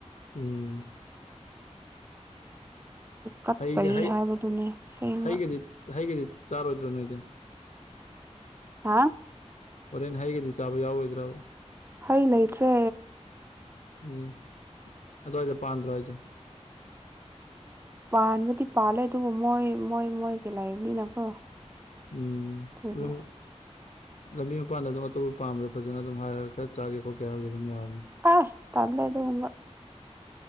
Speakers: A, on the left; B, on the right.
A: ꯎꯝ
B: ꯀꯠꯆꯩ
A: ꯍꯩꯒ ꯍꯩ
B: ꯍꯥꯏꯕꯗꯨꯅꯦ ꯑꯁꯦꯡꯕ
A: ꯍꯩꯒꯗꯤ ꯍꯩꯒꯗꯤ ꯆꯥꯔꯣꯏꯗ꯭ꯔꯣ ꯅꯣꯏꯗꯤ
B: ꯍꯥ
A: ꯍꯣꯔꯦꯟ ꯍꯩꯒꯗꯤ ꯆꯥꯕ ꯌꯥꯎꯔꯣꯏꯗ꯭ꯔꯕ
B: ꯍꯩ ꯂꯩꯇ꯭ꯔꯦ
A: ꯎꯝ ꯑꯗꯨꯋꯥꯢꯗ ꯄꯥꯟꯗ꯭ꯔꯣ ꯍꯥꯏꯁꯦ
B: ꯄꯥꯟꯕꯨꯗꯤ ꯄꯥꯜꯂꯦ ꯑꯗꯨꯕꯨ ꯃꯣꯏ ꯃꯣꯏ ꯃꯣꯏꯒꯤ ꯂꯩꯕꯅꯤꯅꯀꯣ
A: ꯎꯝ
B: ꯑꯗꯨꯒꯤ
A: ꯑꯗꯨꯝ ꯂꯝꯕꯤ ꯃꯄꯥꯟꯗ ꯑꯗꯨꯝ ꯑꯇꯣꯞꯄ ꯄꯥꯟꯕꯗꯨ ꯐꯖꯅ ꯑꯗꯨꯝ ꯍꯥꯏꯔꯒ ꯈꯔ ꯆꯥꯒꯦ ꯈꯣꯠꯀꯦ ꯍꯥꯏꯕꯗ ꯑꯗꯨꯝ ꯌꯥꯕꯅꯤ
B: ꯑꯥꯏ ꯇꯜꯂꯦ ꯑꯗꯨꯒꯨꯝꯕ